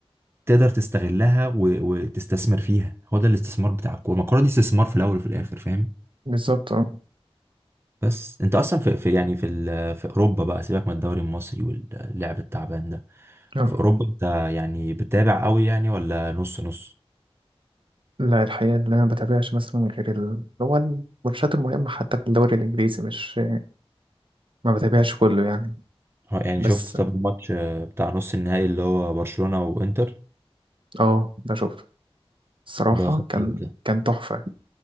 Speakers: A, on the right; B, on the right.
A: تقدر تستغلها و... وتستثمر فيها هو ده الاستثمار بتاع الكورة ما الكورة دي استثمار في الأول وفي الآخر فاهم
B: بالظبط اه
A: بس انت اصلا في, في يعني في ال... في اوروبا بقى سيبك من الدوري المصري واللعب التعبان ده
B: اه
A: في اوروبا انت يعني بتتابع قوي يعني ولا نص نص
B: لا الحقيقة اللي أنا ما بتابعش مثلا غير ال... اللي هو الماتشات المهمة حتى في الدوري الإنجليزي مش ما بتابعش كله يعني
A: اه يعني
B: بس
A: شفت طب الماتش آه، بتاع نص النهائي اللي هو برشلونة وانتر
B: اه بشوف الصراحة
A: ده خطير
B: كان
A: ده
B: كان تحفة